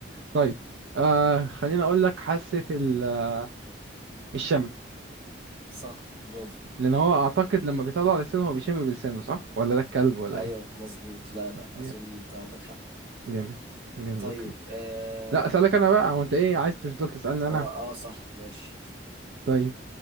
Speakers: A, on the right; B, on the right.
A: طيب آه خليني أقولك حاسة ال آه، الشم
B: صح برافو
A: لأن هو أعتقد لما بيطلع لسانه هو بيشم بلسانه صح؟ ولا ده الكلب ولا
B: أيوه مظبوط لا لا
A: إيه؟
B: أظن أنت عندك حق
A: جامد جامد
B: طيب
A: اوكي
B: آم،
A: لا اسالك انا بقى هو انت ايه عايز تفضل تسالني
B: هو
A: انا
B: اه صح ماشي
A: طيب